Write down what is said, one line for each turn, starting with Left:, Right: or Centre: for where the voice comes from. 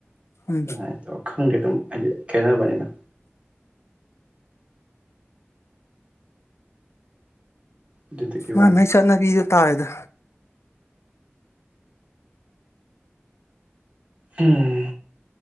Left: ꯎꯝ
Right: ꯑꯗꯨꯃꯥꯏꯅ ꯇꯧꯔ ꯈꯪꯗꯦ ꯑꯗꯨꯝ ꯍꯥꯏꯗꯤ ꯈꯦꯠꯅꯕꯅꯤꯅ ꯑꯗꯨꯗꯨꯒꯤ
Left: ꯃꯥ
Right: ꯋꯥꯅꯤ
Left: ꯃꯩꯁꯥꯅꯒ ꯇꯥꯏꯗ
Right: ꯎꯝ